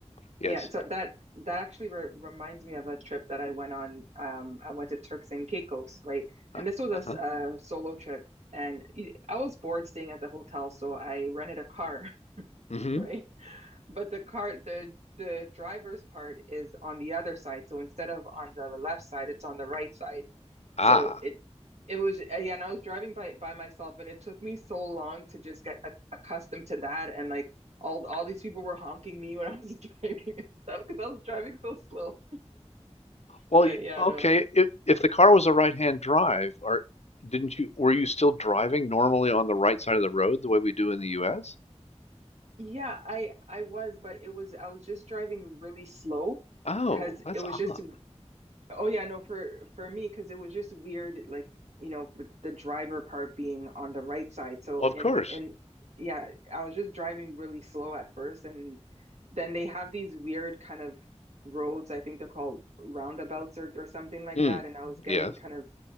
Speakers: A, on the left; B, on the right.
A: yes.
B: Yeah, so that that actually re reminds me of a trip that I went on. Um, I went to Turks and Caicos, right?
A: Uh,
B: And this was a,
A: uh-huh.
B: s- a solo trip, and y- I was bored staying at the hotel, so I rented a car, <laughs>
A: hmm
B: right? But the car, the the driver's part is on the other side. So instead of on the left side, it's on the right side.
A: Ah.
B: So it it was yeah, and I was driving by by myself, and it took me so long to just get a, accustomed to that. And like all all these people were honking me when I was <laughs> driving and stuff because I was driving so slow.
A: Well,
B: But
A: y-
B: yeah,
A: okay,
B: no,
A: if if the car was a right-hand drive, or didn't you were you still driving normally on the right side of the road the way we do in the US?
B: yeah, I I was, but it was I was just driving really slow
A: Oh,
B: because
A: that's
B: it was
A: odd.
B: just Oh yeah, no, for for me, because it was just weird, like, you know, with the driver part being on the right side. So
A: Well,
B: and
A: of course.
B: and yeah, I was just driving really slow at first, and then they have these weird kind of roads. I think they're called roundabouts or or something like
A: Hmm.
B: that. And I was getting
A: Yes.
B: kind of